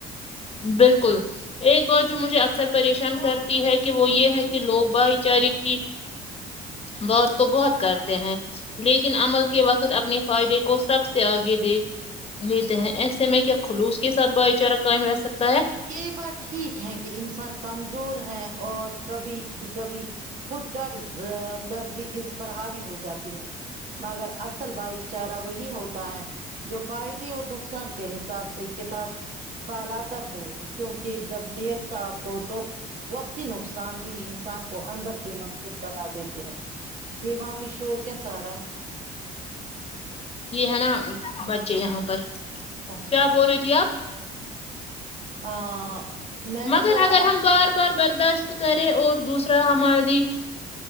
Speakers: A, on the left (about 35°); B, on the right (about 50°).
A: بالکل ایک بات جو مجھے اکثر پریشان کرتی ہے کہ وہ یہ ہے کہ لوگ بھائی چارے کی بات تو بہت کرتے ہیں لیکن عمل کے وقت اپنے فائدے کو سب سے آگے دیک لیتے ہیں ایسے میں کیا خلوص کے ساتھ بھائی چارہ قائم رہ سکتا ہے
B: یہ بات ٹھیک ہے کہ انسان کمزور ہے اور کبھی کبھی خود کرض گرضی اس پر ہاوی ہو جاتی ہے مگر اصل بھائی چارہ وہی ہوتا ہے جو فائدے اور نقصان کے حساب سے کتاب بالاتر ہو کیونکہ جب نیت صاف ہو تو وقتتی نقصان بھی انسان کو کو اندر سے مضبوط بنا دیتے ہیں یے وہاں پے شور کیسا ارا ہے
A: یے ہے نا بچے یہاں پر
B: اچھا
A: کیا بول رہی تھی آپ
B: آ میں نے
A: مگر
B: بولا
A: اگر ہم بار بار برداشت کریں اور دوسرا ہماری